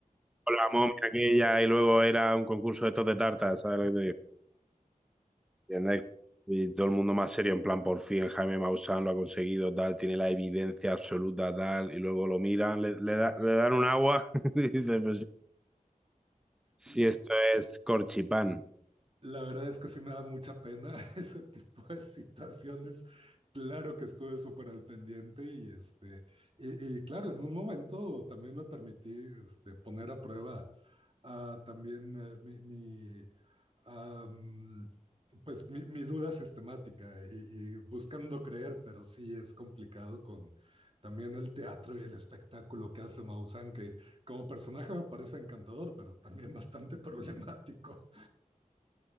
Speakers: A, in the centre; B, on the right.
A: con la momia aquella y luego era un concurso de estos de tartas, ¿sabes lo que te digo? ¿Entiendes? Y todo el mundo más serio, en plan, por fin Jaime Maussan lo ha conseguido, tal, tiene la evidencia absoluta, tal, y luego lo miran, le, le, da- le dan un agua, <laughs> y dicen, pues, si
B: <laughs>
A: esto es corchipán,
B: La verdad es que sí me da mucha pena <laughs> ese tipo de situaciones. Claro que estuve súper al pendiente y este, y, y claro, en un momento también me permití este, poner a prueba ah, también eh, mi, mi, am, pues mi, mi duda sistemática y, y buscando creer, pero sí es complicado con también el teatro y el espectáculo que hace Maussan, que como personaje me parece encantador, pero también bastante <laughs> problemático.